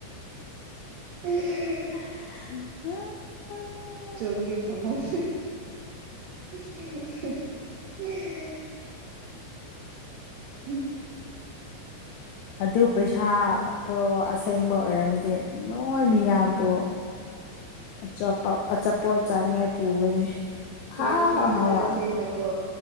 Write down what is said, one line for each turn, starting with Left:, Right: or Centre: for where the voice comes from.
Right: <unintelligible>
Left: <unintelligible>
Right: ꯆꯣꯡꯒꯦ ꯐꯃꯨꯡ <unintelligible> <unintelligible>
Left: ꯑꯗꯨ ꯄꯩꯁꯥꯗꯣ ꯑꯁꯦꯡꯕ ꯑꯣꯏꯔꯝꯃꯤꯗꯤ ꯅꯣꯏ ꯃꯤꯌꯥꯝꯕꯨ ꯑꯆꯥꯄ ꯑꯆꯥꯄꯣꯠ ꯆꯥꯅꯤꯡꯉꯥꯏ ꯄꯨꯒꯅꯤ ꯑꯍꯥꯎ
Right: ꯀꯦꯞ ꯁꯤ
Left: ꯑꯍꯥꯎꯕ
Right: ꯆꯥꯥꯁꯦꯅꯀꯣ